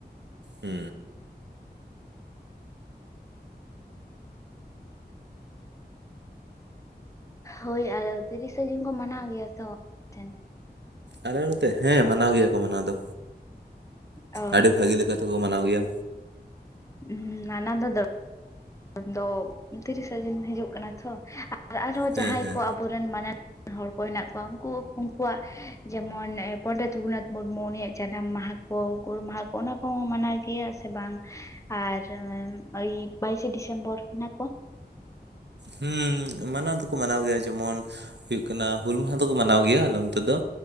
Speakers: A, on the right; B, on the left.
A: ᱦᱩ
B: ᱦᱳᱭ ᱟᱨ ᱛᱤᱨᱤᱥᱟ ᱡᱩᱱ ᱠᱚ ᱢᱟᱱᱟᱣ ᱜᱮᱭᱟ ᱛᱚ ᱴᱷᱮᱱ
A: ᱟᱞᱮ ᱱᱚᱛᱮ ᱦᱮᱸ ᱢᱟᱱᱟᱣ ᱜᱮᱭᱟ ᱠᱚ ᱢᱟᱱᱟᱣ ᱫᱚ
B: ᱚ
A: ᱟᱹᱰᱤ ᱵᱷᱟᱹᱜᱤ ᱞᱮᱠᱟ ᱛᱮᱠᱚ ᱢᱟᱱᱟᱣ ᱜᱮᱭᱟ
B: ᱦᱩ ᱢᱟᱱᱟᱣ ᱫᱚ ᱫᱚᱨ ᱫᱚ ᱛᱤᱨᱤᱥᱟ ᱡᱩᱱ ᱦᱤᱡᱩᱜ ᱠᱟᱱᱟ ᱛᱚ ᱟᱨ ᱟᱨᱦᱚᱸ
A: ᱦᱮᱸ
B: ᱡᱟᱦᱟᱸᱭ
A: ᱦᱮᱸ
B: ᱠᱚ ᱟᱵᱚᱨᱮᱱ ᱢᱟᱱᱮ ᱦᱚᱲ ᱠᱚ ᱦᱮᱱᱟᱜ ᱠᱚᱣᱟ ᱩᱱᱠᱩ ᱩᱱᱠᱩᱣᱟᱜ ᱡᱮᱢᱚᱱ ᱯᱚᱱᱰᱤᱛ ᱨᱟᱹᱜᱷᱩᱱᱟᱛᱷ ᱢᱩᱨᱢᱩ ᱩᱱᱤᱭᱟᱜ ᱡᱟᱱᱟᱢ ᱢᱟᱦᱟ <unintelligible> ᱜᱩᱨ ᱢᱟᱦᱟ ᱠᱚ ᱚᱱᱟ ᱠᱚᱸ ᱢᱟᱱᱟᱣ ᱜᱮᱭᱟ ᱥᱮ ᱵᱟᱝ ᱟᱨ ᱟᱭ ᱯᱟᱤᱯ? <unintelligible> ᱰᱤᱥᱮᱢᱵᱚᱨ ᱚᱱᱟ ᱠᱚ?
A: ᱦᱮᱸ ᱢᱟᱱᱟᱣ ᱫᱚᱠᱚ ᱢᱟᱱᱟᱣ ᱜᱮᱭᱟ ᱡᱮᱢᱚᱱ ᱦᱩᱭᱩᱜ ᱠᱟᱱᱟ ᱦᱩᱞ ᱢᱟᱦᱟ ᱫᱚᱠᱚ ᱢᱟᱱᱟᱣ ᱜᱮᱭᱟ ᱟᱞᱮ ᱚᱱᱛᱮ ᱫᱚ